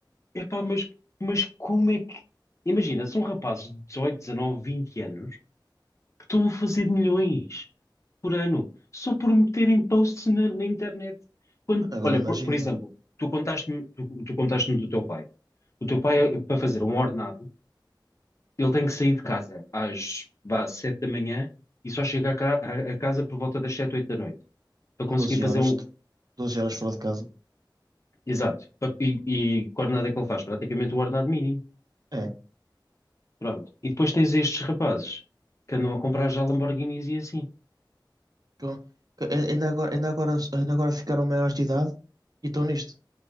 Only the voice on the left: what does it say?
Epá, mas, mas como é que. Imagina, são rapazes de 18, dezanove vinte anos que estão a fazer milhões por ano só por meterem posts na, na internet. Quando,
olha,
por, por exemplo, tu contaste-me, tu, tu contaste-me do teu pai. O teu pai, para fazer um ordenado, ele tem que sair de casa às, vá, 7 da manhã e só chega a, ca- a- a casa por volta das sete oito da noite para conseguir
fazer
um,
Exato. Pa- E, e que ordenado é que ele faz? Praticamente o ordenado mínimo.
Pronto. E depois tens estes rapazes que andam a comprar já Lamborghinis e assim.